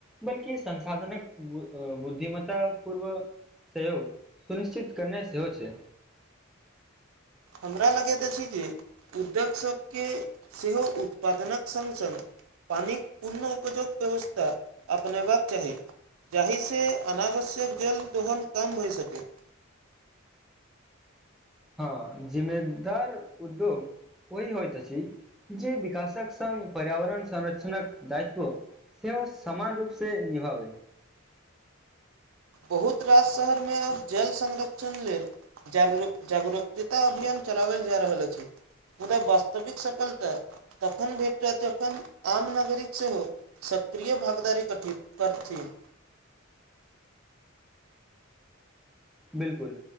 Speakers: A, in the centre; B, on the right.
A: बल्कि संसाधनक बुद्धिमता पूर्व सहयोग सुनिश्चित करनाई सेहो छै
B: हमरा लगैत अछि जे उद्योग सभके सेहो उत्पादनक संग संग पानिक पूनो उपजोग व्यवस्था अपनेयबाक चाही जाहिसँ अनावश्यक जल दोहन कम होए सकै
A: हँ जिम्मेदार उद्योग ओहि होइत अछि जे विकासक संग पर्यावरण संरक्षणक दायित्व सेहो समान रूप सँ निभाबै
B: बहुत रास शहर मे अब जल संरक्षण लेल जान जागरूतिता अभियान चलावल जा रहल अछि मुदा वास्तविक सफलता तखन भेटत तखन आम नागरिक सेहो सक्रिय भागदारी कठि कठित थिन
A: बिल्कुल